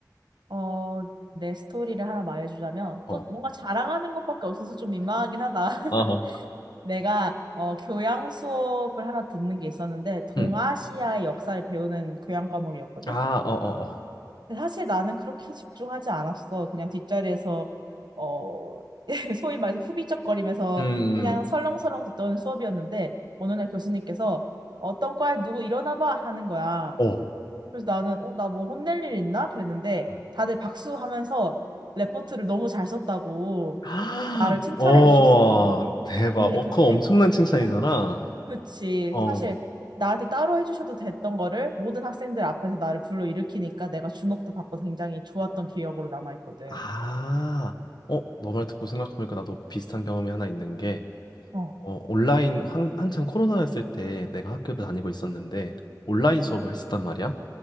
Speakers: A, on the right; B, on the left.
A: 어, 내 스토리를 하나 말해주자면
B: 어.
A: 또 뭔가 자랑하는 것밖에 없어서 좀 민망하긴 하다. <laughs>
B: 어허.
A: 내가 어, 교양 수업을 하나 듣는 게 있었는데 동아시아의
B: 응.
A: 역사를 배우는 교양 과목이었거든.
B: 아, 어, 어, 어.
A: 근데 사실 나는 그렇게 집중하지 않았어. 그냥 뒷자리에서 어, <laughs> 소위 말해서 후비적거리면서
B: 음.
A: 그냥 설렁설렁 듣던 수업이었는데 어느 날 교수님께서 어떤 과에 누구 일어나 봐 하는 거야.
B: 어.
A: 그래서 나는 어, 나 뭐 혼낼 일 있나? 그랬는데
B: 음.
A: 다들 박수하면서 레포트를 너무 잘 썼다고
B: 아,
A: 나를 칭찬해
B: 어,
A: 주셨어.
B: 대박.
A: 근데
B: 어,
A: 그게
B: 그거 엄청난 칭찬이잖아.
A: 어, 그치.
B: 어.
A: 사실 나한테 따로 해주셔도 됐던 거를 모든 학생들 앞에서 나를 불러일으키니까 내가 주목도 받고 굉장히 좋았던 기억으로 남아있거든.
B: 아, 어, 너 말 듣고 생각해보니까 나도 비슷한 경험이 하나 있는 게,
A: 어,
B: 어, 온라인 한, 한창 코로나였을 때 내가 학교를 다니고 있었는데, 온라인 수업을 했었단 말이야.